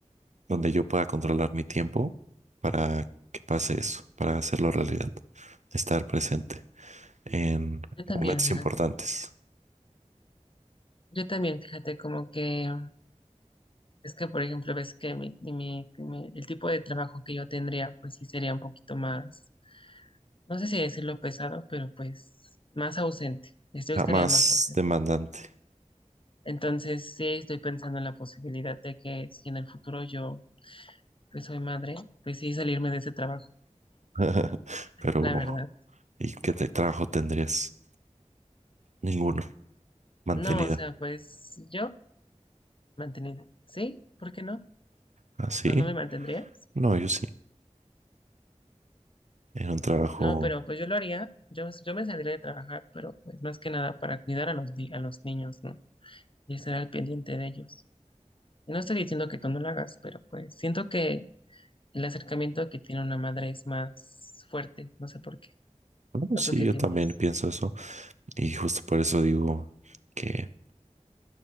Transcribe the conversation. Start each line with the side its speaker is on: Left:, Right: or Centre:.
Right: donde yo pueda controlar mi tiempo para que pase eso, para hacerlo realidad, estar presente en
Left: Yo también,
Right: momentos
Left: fíjate.
Right: importantes,
Left: Yo también, fíjate, como que es que, por ejemplo, ves que mi, mi- mi- el tipo de trabajo que yo tendría, pues sí sería un poquito más, no sé si decirlo pesado, pero pues más ausente. Yo estaría
Right: jamás
Left: más ausente.
Right: demandante.
Left: Entonces, sí estoy pensando en la posibilidad de que si en el futuro yo pues soy madre, pues sí salirme de ese trabajo,
Right: <laughs> Pero
Left: la verdad.
Right: ¿Y qué te- trabajo tendrías? Ninguno. Mantenida.
Left: No, o sea, pues yo mantenida. ¿Sí? ¿Por qué no?
Right: ¿Así?
Left: ¿No, no me mantendrías?
Right: No, yo sí. En un trabajo.
Left: No, pero pues yo lo haría. Yo, yo me saldría de trabajar, pero pues más que nada para cuidar a los, di- a los niños, ¿no? Y estar al pendiente de ellos. Y no estoy diciendo que tú no lo hagas, pero pues siento que el acercamiento que tiene una madre es más fuerte, no sé por qué.
Right: No,
Left: ¿O
Right: sí,
Left: tú qué
Right: yo
Left: piensas?
Right: también pienso eso. Y justo por eso digo que,